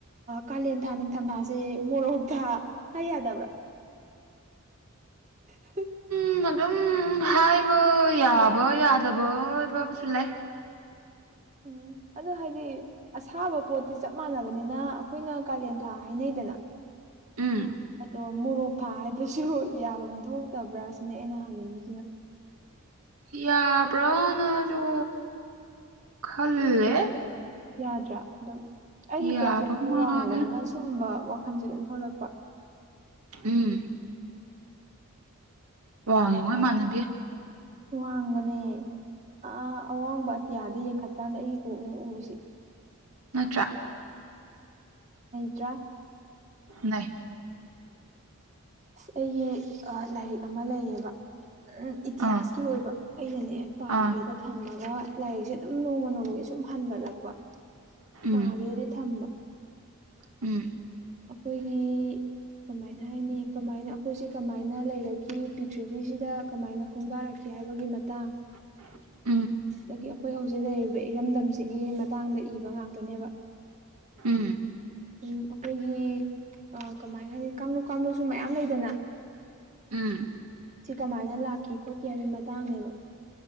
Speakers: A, on the right; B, on the right.
A: ꯀꯥꯂꯦꯟ ꯊꯥ ꯅꯤꯡꯊꯝꯊꯥꯁꯦ ꯃꯣꯔꯣꯝꯊꯥ ꯍꯥꯏ ꯌꯥꯗꯕ꯭ꯔꯥ <unintelligible>
B: ꯎꯝ ꯑꯗꯨꯝ ꯍꯥꯏꯕ ꯌꯥꯕꯥ ꯌꯥꯗꯕꯥ <inaudible> ꯑꯝꯁꯨ ꯂꯩ꯫
A: ꯎꯝ꯫ ꯑꯗꯣ ꯍꯥꯏꯗꯤ ꯑꯁꯥꯕ ꯄꯣꯠꯇꯤ ꯆꯞ ꯃꯥꯟꯅꯕꯅꯤꯅ ꯑꯩꯈꯣꯏꯅ ꯀꯥꯂꯦꯟ ꯊꯥ ꯍꯥꯏꯅꯩꯗꯅ꯫
B: ꯎꯝ
A: ꯑꯗꯣ ꯃꯣꯔꯣꯛ ꯊꯥ ꯍꯥꯏꯕꯁꯨ ꯌꯥꯐꯝ ꯊꯣꯛꯇꯕ꯭ꯔꯥ ꯁꯤꯅꯦ ꯑꯩꯅ ꯍꯪꯅꯤꯡꯉꯤꯁꯤꯅ
B: ꯌꯥꯕ꯭ꯔꯥꯅꯖꯨ ꯈꯜꯂꯦ꯫
A: ꯌꯥꯗ꯭ꯔꯥ ꯑꯗꯨꯝ꯫ ꯑꯩꯒꯤ
B: ꯌꯥꯕ
A: ꯀꯣꯛꯁꯦ ꯑꯗꯨꯝ
B: ꯃꯥꯜꯂꯦ
A: ꯋꯥꯡꯕꯅꯤꯅ ꯁꯨꯝꯕ ꯋꯥꯈꯟꯁꯦ ꯑꯗꯨꯝ ꯊꯣꯛꯂꯛꯄ꯫
B: ꯎꯝ <inaudible> ꯋꯥꯉꯦ ꯉꯣ ꯏꯃꯥꯟꯅꯕꯤ꯫
A: ꯋꯥꯡꯕꯅꯦ꯫ ꯑ ꯑꯋꯥꯡꯕ ꯑꯇꯤꯌꯥꯗ ꯌꯦꯡꯈꯠꯀꯥꯟꯗ ꯑꯩ ꯀꯣꯛꯅꯤ ꯎꯔꯤꯁꯦ꯫
B: ꯅꯠꯇ꯭ꯔ꯫
A: ꯇ꯭ꯔꯥ꯫
B: ꯅꯩ꯫
A: ꯁꯤꯖ ꯑꯩꯒꯤ ꯂꯥꯏꯔꯤꯛ ꯑꯃ ꯂꯩꯌꯦꯕ꯫ ꯎꯝ ꯏꯇꯤꯍꯥꯁꯀꯤ
B: ꯑꯥ
A: ꯑꯣꯏꯕ ꯑꯩꯅꯅꯦ ꯄꯥꯒꯦꯗ
B: ꯑꯥ
A: ꯊꯝꯃꯒ ꯂꯥꯏꯔꯤꯛꯁꯦ ꯑꯗꯨꯝ ꯅꯣꯡꯃ ꯅꯣꯡꯃꯒꯤ ꯁꯨꯝ ꯍꯟꯒꯠꯂꯛꯄ
B: ꯎꯝ
A: ꯄꯥꯒꯦꯗꯤ ꯊꯝꯕ꯫
B: ꯎꯝ꯫
A: ꯑꯈꯣꯏꯒꯤ꯫ ꯀꯃꯥꯏꯅ ꯍꯥꯏꯅꯤ ꯀꯃꯥꯏꯅ ꯑꯩꯈꯣꯏꯁꯦ ꯀꯃꯥꯏꯅ ꯂꯩꯔꯛꯈꯤ ꯄ꯭ꯔꯤꯊꯤꯕꯤꯁꯤꯗ ꯀꯃꯥꯏꯅ ꯈꯣꯡꯗꯥꯔꯛꯈꯤ ꯍꯥꯏꯕꯒꯤ ꯃꯇꯥꯡ꯫
B: <inaudible>
A: ꯗꯒꯤ ꯑꯈꯣꯏ ꯍꯧꯖꯤꯛ ꯂꯩꯔꯤꯕ ꯏꯔꯝꯗꯝꯁꯤꯒꯤ ꯃꯇꯥꯡꯗ ꯏꯕ ꯉꯥꯛꯇꯅꯦꯕ꯫
B: ꯎꯝ꯫
A: ꯎꯝ ꯑꯈꯣꯏꯒꯤ ꯀꯃꯥꯏꯅ ꯍꯥꯏꯗꯤ ꯀꯥꯡꯂꯨꯞ ꯀꯥꯡꯂꯨꯞꯁꯨ ꯃꯌꯥꯝ ꯂꯩꯗꯅ꯫
B: ꯎꯝ꯫
A: ꯁꯤ ꯀꯃꯥꯏꯅ ꯂꯥꯛꯈꯤ ꯈꯣꯠꯈꯤ ꯍꯥꯏꯕꯒꯤ ꯃꯇꯥꯡꯅꯦꯕ꯫